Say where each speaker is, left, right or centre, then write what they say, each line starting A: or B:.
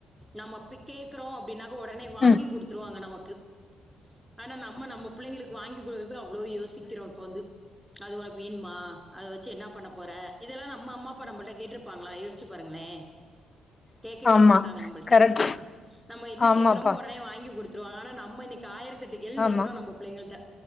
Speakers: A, in the centre; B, on the left (about 30°).
A: நம்ம இப்டி கேக்குறோ அப்படின்னாக்க உடனே வாங்கி
B: ம்
A: குடுத்துருவாங்க நமக்கு ஆனா நம்ம நம்ம பிள்ளைங்களுக்கு வாங்கி கு இப்ப அவ்ளோ யோசிக்குறோ இப்பா வந்து அது உனக்கு வேணுமா அத வச்சு என்ன பண்ண போற இதெல்லா நம்ம அம்மா அப்பா நம்மள்ட கேட்ருப்பாங்ளா யோச யோசிச்சு பாருங்களே கேக்கவே
B: ஆமா
A: மாட்டாங்க நம்மள்ட்ட
B: கரெக்ட்
A: நம்ம என்ன
B: ஆமாப்பா
A: கேக்குறோமோ ஒடனே வாங்கி குடு ஆனா நம்ம இன்னைக்கு தாயிரத் தெட்டு கேள்வி
B: ஆமா
A: கேக்குறோ நம்ப புள்ளங்கெள்ட்ட